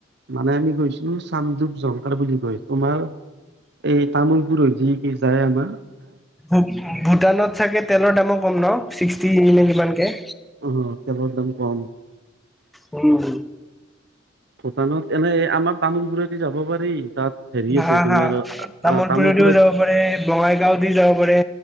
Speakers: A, on the right; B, in the centre.
A: মানে আমি গৈছিলো চামদুপ জংকাৰ বুলি কৈ তোমাৰ এই তামোল পুৰো যি কি যায় আমাৰ
B: ভূটানত চাগে তেলৰ দামো কম ন ছিক্সটি নে কিমানকে
A: অ', তেলৰ দাম কম।
B: উম।
A: ভূটানত এনেই আমাৰ তামোলপুৰেদি যাব পাৰি তাত হেৰি আছে
B: হা
A: তোমাৰ
B: হা তামোলপুৰে
A: অ তামোলপুৰত
B: দিও যাব পাৰে বঙাইগাঁও দিও যাব পাৰে।